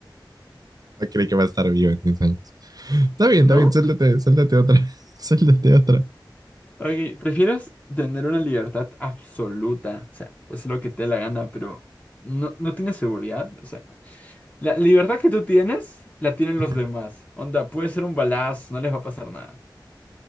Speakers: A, on the right (about 55°); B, on the left (about 20°).
A: ¿O ¿Cree que va a estar vivo en 10 años? Está bien,
B: ¿No?
A: está bien, sáltate, sáltate otra, <laughs> sáltate otra.
B: Oye, ¿prefieres tener una libertad absoluta? O sea, pues lo que te dé la gana, pero no, no tienes seguridad. O sea, la libertad que tú tienes, la tienen
A: Ajá.
B: los demás. Onda, puede ser un balazo, no les va a pasar nada.